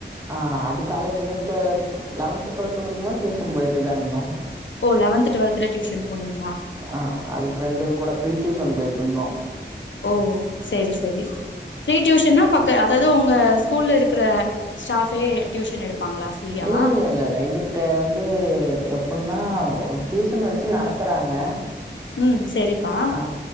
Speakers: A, on the right; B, on the left.
A: ஆ அது காலேஜில்லட்டு லெவன்த்து டுவல்த்து படிக்கும் போது டியூஷன் போயிட்டு தான் இருந்தோம்
B: ஓ லெவன்த்து டுவல்த்துல டியூஷன் போனிங்
A: அஹ் அஹ் அது ஃப்ரெண்டுங்க கூட ஃப்ரீ டியூஸ் சன் போயிட்டு இருந்தோம்
B: ஓ செரி செரி ஃபிரீ டியூஷன்னா பக் க்க அதாவது உங்க ஸ்கூல்ல இருக்கிற ஸ்டாஃபே டியூஷன் எடுப்பாங்களா ஃப்ரீயா
A: இல்ல இல்ல இல்ல இதுட்ட வந்து எப்புடின்னா ஓ டியூஷன் வச்சு நடத்துறாங்க
B: உம் செரிப்பா
A: ஆ